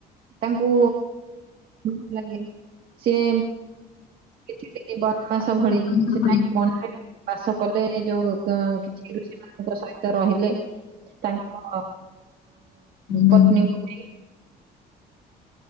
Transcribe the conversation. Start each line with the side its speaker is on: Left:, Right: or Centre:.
Right: ତାଙ୍କୁ ଭଲ ଲାଗେ, ସିଏ କିଛି ଦିନ ବନବାସ
Left: ଆଜ୍ଞା। ଆଜ୍ଞା।
Right: ଭଳି ସେ ଯାଇକ ବନରେ ବାସ କଲେ ଯୋଉ କଁ ସେ ଋଷି ମାନଙ୍କ ସହିତ ରହିଲେ ତାଙ୍କ
Left: ଆଜ୍ଞା।
Right: ପତ୍ନୀ <unintelligible>